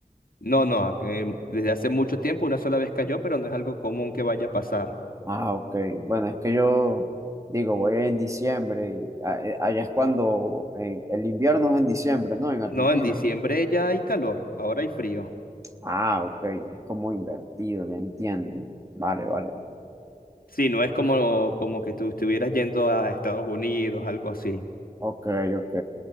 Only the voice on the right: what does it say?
Ah, ok. Bueno, es que yo digo, voy en diciembre y a- eh, allá es cuando en- el invierno es en diciembre, ¿no? En Argentina.
Ah, ok. Es como invertido, ya entiendo. Vale, vale.
Ok, ok.